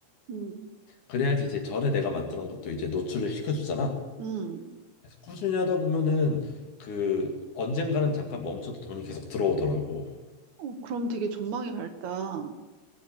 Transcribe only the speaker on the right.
음,
음, 음.
어, 그럼 되게 전망이 밝다.